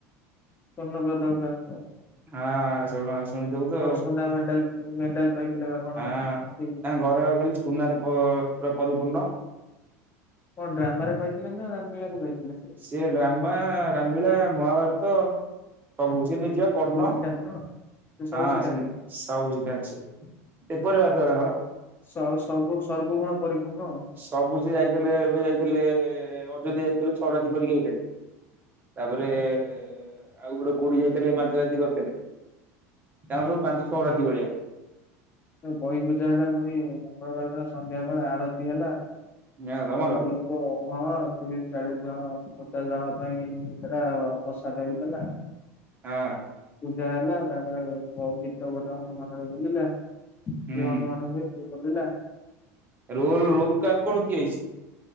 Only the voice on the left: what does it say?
Phone number ତାଙ୍କ ପାଖରେ ଥବ।
ସୁନା ମେଡାଲ ମେଡାଲ ପାଇଥିଲେ ବା କଣ
ସେ
କଁ ଡ୍ରାମାରେ ପାଇଥିଲେ ନା ରାମ ଲିଳାରେ ପାଇଥିଲେ ସେ।
ସବୁ ଶିଖାନ୍ତି ନା ସେ ସବୁ
ଶିଖାନ୍ତି
ସ ସବୁ ସର୍ବଗୁଣ ପରିପୂର୍ଣ୍ଣ।
ମଙ୍ଗଳବାର
ବହି ପୂଜା ହେଲା ପୁଣି ମଙ୍ଗଳବାର ଦିନ ସନ୍ଧ୍ୟା ବେଳେ ଆଳତି ହେଲା କହୁଥିଲେ।
ତ ହଁ ତିରିଶ, ଚାଳିଶ ଜଣ ପଚାଶ ଜଣ ପାଇଁ ହେଇଥିଲା ପ୍ରସାଦ ହେଇଥିଲା।
ପୂଜା ହେଲା ତାପରେ ମୋ ଗିତ ଗୋଟା ହନୁମାନ ବୋଲିଲା। କଯିଏ
ହନୁମାନ ହୁଏ ସିଏ ବୋଲିଲା।